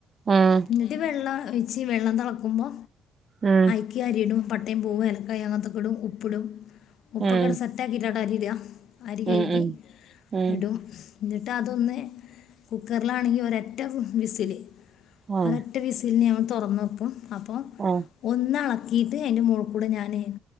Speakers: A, on the right (about 30°); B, on the left (about 65°).
A: ഉം
B: എന്നിട്ട് വെള്ളം ഒഴിച്ച് വെള്ളം തെളക്കുമ്പോ
A: ഉം
B: ഐക് അരിയിടും പട്ടയും പൂവും ഇലക്കായും അങ്ങൻത്തൊക്കിടും ഉപ്പിടും ഉപ്പ്കെട്
A: ഉം
B: സെറ്റാക്കിയിട്ട ട്ടരിട അരി കഴുകി
A: ഉം ഉം ഉം
B: ഇടും എന്നിട്ട് അതൊന്ന് കുക്കറിലാണെങ്കി ഒരൊറ്റ വിസില്
A: ആഹ്
B: ഒരറ്റ വിസിൽന് ഞ തൊറന്ന് വെക്കും അപ്പം
A: ആഹ്
B: ഒന്ന് അള ക്കീട്ട് അയ്ന്റെ മോള്ക്കൂടെ ഞാന്